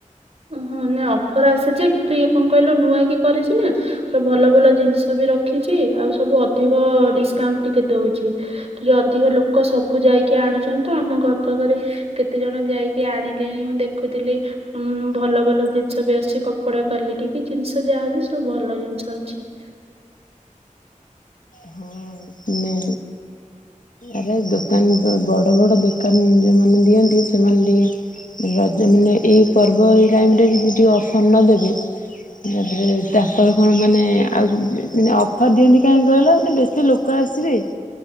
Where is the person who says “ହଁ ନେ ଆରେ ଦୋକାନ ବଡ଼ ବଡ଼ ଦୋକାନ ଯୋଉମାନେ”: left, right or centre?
Left